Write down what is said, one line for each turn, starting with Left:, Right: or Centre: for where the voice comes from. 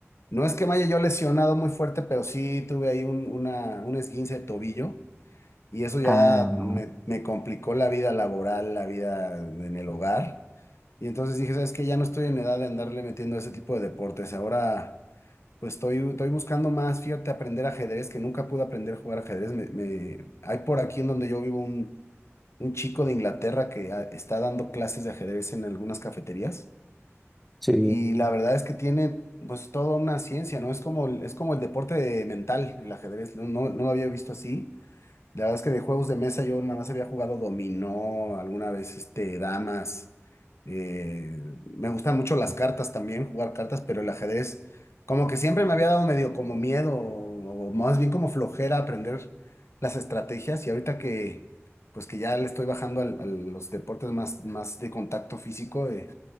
Left: no es que me haya yo lesionado muy fuerte, pero sí tuve ahí un, una, un esguince de tobillo y eso ya
Centre: Ah, no.
Left: me, me complicó la vida laboral, la vida en el hogar. Y entonces dije, ¿sabes qué? Ya no estoy en edad de andarle metiendo a ese tipo de deportes. Ahora, pues estoy, estoy buscando más, fíjate, aprender ajedrez, que nunca pude aprender a jugar ajedrez. Me, me- Hay por aquí en donde yo vivo un, un chico de Inglaterra que ah, está dando clases de ajedrez en algunas cafeterías.
Centre: Sí,
Left: Y la verdad es que tiene, pues, toda una ciencia, ¿no? Es como, el- es como el deporte mental, el ajedrez. No, no, no lo había visto así. La verdad es que de juegos de mesa yo nada más había jugado dominó, alguna vez este, damas. eh, me gustan mucho las cartas también, jugar cartas, pero el ajedrez como que siempre me había dado medio como miedo o, o más bien como flojera aprender las estrategias y ahorita que pues que ya le estoy bajando al- a los deportes más, más de contacto físico, eh,